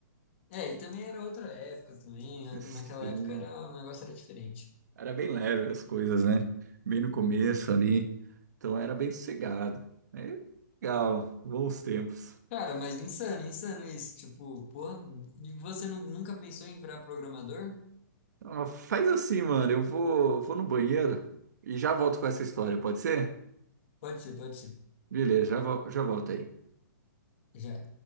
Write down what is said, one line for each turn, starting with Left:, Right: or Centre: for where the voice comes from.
Left: É, e também era outra época também. na-
Right: Sim.
Left: Naquela época era, o negócio era diferente.
Right: Era bem leve as coisas, né? Bem no começo ali. Então era bem sossegado. É legal, bons tempos.
Left: Cara, mas insano, insano isso. Tipo, porra, e você nu- nunca pensou em virar programador?
Right: Ah, Faz assim, mano. Eu vou, vou no banheiro e já volto com essa história, pode ser?
Left: Pode ser, pode ser.
Right: Beleza, já, vol- já volto aí.
Left: Já